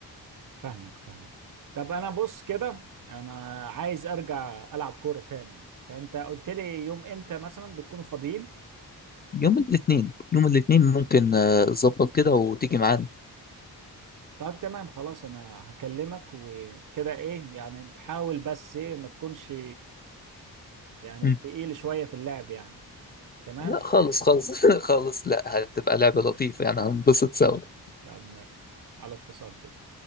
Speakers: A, on the right; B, on the left.
A: فاهمك فاهمك طب انا بص كده انا عايز ارجع العب كوره تاني فانت قلت لي يوم امتى مثلا بتكونوا فاضيين
B: يوم الاثنين يوم الاثنين ممكن آه، أظبط كده وتيجي معانا
A: طب تمام خلاص انا هكلمك وكده ايه يعني حاول بس ايه ما تكونش يعني
B: مم.
A: تقيل شويه في اللعب يعني تمام
B: لا خالص خالص <laughs> خالص لا
A: حلو.
B: هتبقى لعبة لطيفة يعني هنبسط سوا
A: طب ماشي على اتصال كده